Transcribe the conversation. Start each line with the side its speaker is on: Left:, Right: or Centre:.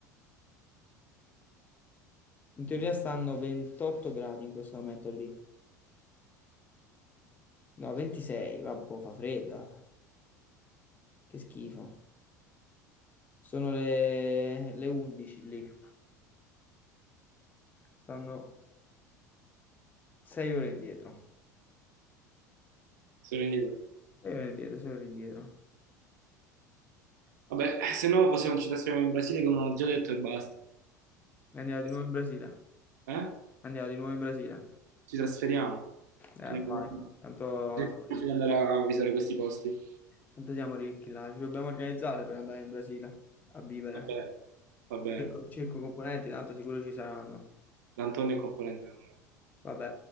Left: In teoria stanno 28 gradi in questo momento lì. No, 26, vabbè, fa fredda. Che schifo. Sono le, le 11 lì. Stanno 6 ore indietro.
Right: Sono indietro.
Left: 6 ore indietro, 6 ore indietro.
Right: Vabbè, eh, se no possiamo, ci trasferiamo in Brasile, come ho già detto, e basta.
Left: E Andiamo di
Right: Eh?
Left: nuovo
Right: sì.
Left: in Brasile.
Right: Eh?
Left: Andiamo di nuovo in Brasile.
Right: Ci trasferiamo.
Left: Eh,
Right: Ci andiamo
Left: vai.
Right: a
Left: Tanto
Right: vedere-
Left: siamo ricchi.
Right: di andare a visitare questi posti.
Left: Tanto siamo ricchi là. Ci dobbiamo organizzare per andare in Brasile a vivere.
Right: Va bene, va bene.
Left: Cerco,
Right: va bene.
Left: cerco componenti, tanto sicuro ci saranno.
Right: D'Antonio è componente del mondo.
Left: Vabbè.